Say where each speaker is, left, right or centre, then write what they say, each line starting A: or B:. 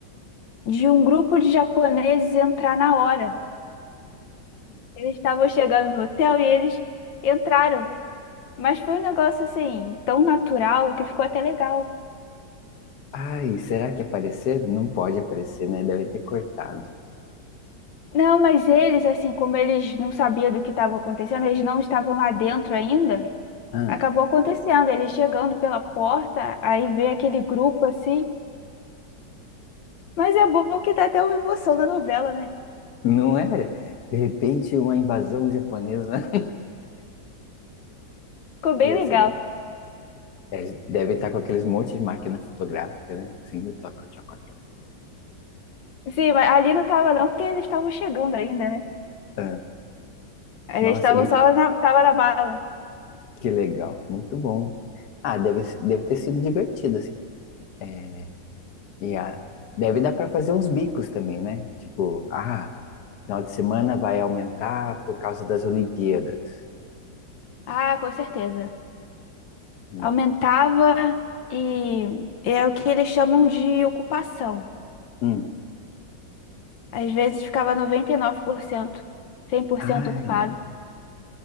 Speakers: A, on the left (about 80°); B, on the left (about 60°).
A: de um grupo de japoneses entrar na hora. Eles estavam chegando no hotel e eles entraram. Mas foi um negócio assim, tão natural que ficou até legal.
B: Ai, será que apareceram? Não pode aparecer, né? Devem ter cortado.
A: Não, mas eles, assim, como eles não sabiam do que estava acontecendo, eles não estavam lá dentro ainda,
B: Ah,
A: acabou acontecendo. Eles chegando pela porta, aí vê aquele grupo assim. Mas é bom que dá até uma emoção da novela, né?
B: não é? De repente, uma invasão japonesa. <laughs>
A: Ficou bem
B: Ia
A: legal.
B: ser legal. É, devem estar com aqueles monte de máquina fotográfica, né? Assim, toca, toca, toca.
A: Sim, mas ali não tava não, porque eles estavam chegando ainda, né?
B: Ah,
A: Eles
B: nossa,
A: estavam
B: e,
A: só na, tava na bala.
B: Que legal, muito bom. Ah, deve, deve ter sido divertido, assim. É, E a, deve dar para fazer uns bicos também, né? Tipo, ah, final de semana vai aumentar por causa das Olimpíadas.
A: Ah, com certeza.
B: Hum.
A: Aumentava e é o que eles chamam de ocupação.
B: Hum.
A: Às vezes ficava noventa e nove por cento, cem por
B: Ai,
A: cento ocupado.
B: meu Deus.